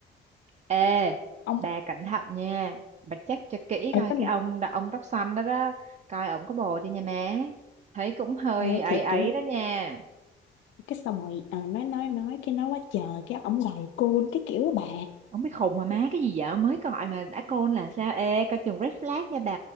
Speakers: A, on the right; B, on the left.
A: ê
B: ông
A: bà cẩn thận nha bà check cho kỹ
B: ở
A: coi
B: cái
A: cái ông đó ông tóc xanh đó đó coi ổng có bồ chưa nha má thấy cũng hơi
B: ê,
A: ấy
B: thiệt
A: ấy
B: kiểu
A: đó nha
B: cái xong rồi à, nói nói nói cái nói quá trời cái ổng gầy côn cái kiểu á bà
A: Ông biết khùng mà má cái gì vậy? Mới gọi mà đã côn là sao? Ê, coi chừng red flag nha bà